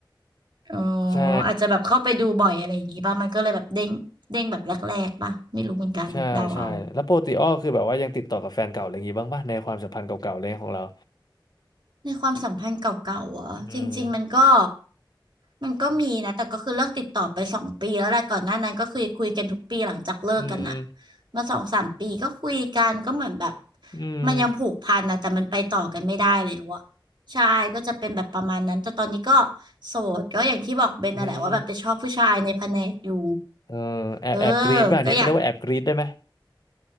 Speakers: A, on the right (about 65°); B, on the left (about 50°).
A: อ๋อ
B: ใช่
A: อาจจะแบบเข้าไปดูบ่อยอะไรอย่างงี้ป่ะมันก็เลยแบบเด้งเด้งแบบแรกๆป่ะไม่รู้เหมือนกันเดาเอา
B: ใช่ใช่แล้วปกติอ้อคือแบบว่ายังติดต่อกับแฟนเก่าอะไรอย่างงี้บ้างป่ะในความสัมพันธ์เก่าๆอะไรเงี้ยของเรา
A: ในความสัมพันธ์เก่าๆอหจริงๆมันก็
B: อืม
A: มันก็มีนะแต่ก็คือเลิกติดต่อไปสองปีแล้วแหละก่อนหน้านั้นก็คือคุยกันทุกปีหลังจากเลิกกันอะ
B: อืม
A: มาสองสามปีก็คุยกันก็เหมือนแบบ
B: อืม
A: มันยังผูกพันนะแต่มันไปต่อกันไม่ได้แล้วอะใช่ก็จะเป็นแบบประมาณนั้นแต่ตอนนี้ก็โสดก็อย่างที่บอกเบนน่ะแหละว่าแบบไปชอบผู้ชายในแผนกอยู่
B: นี่เออแอบแอบกรีดป่ะอันนี้เขาเรียกว่าแอบกรีดได้ไหม
A: เออก็อยาก